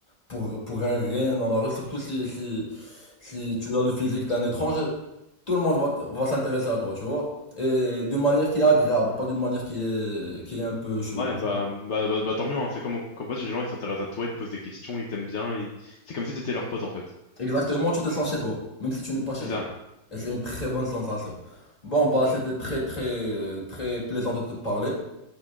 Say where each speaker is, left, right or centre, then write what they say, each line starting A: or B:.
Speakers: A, on the left; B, on the left.
A: pour, pour un rien dans la rue. Surtout si, si, si tu as le physique d'un étranger. Tout le monde va, t- va s'intéresser à toi, tu vois. Et d'une manière qui est agréable, pas d'une manière qui est, qui est un peu chelou,
B: Ouais, bah,
A: tu vois.
B: bah, bah, bah, tant mieux, hein. C'est comme au Cambodge, les gens, ils s'intéressent à toi, ils te posent des questions, ils t'aiment bien, ils- c'est comme si t'étais leur pote, en fait.
A: Exactement, tu te sens chez toi, même si tu n'es pas chez
B: C'est
A: toi.
B: ça.
A: Et c'est une très bonne sensation. Bon, bah, c'était très, très, euh, très plaisant de te parler.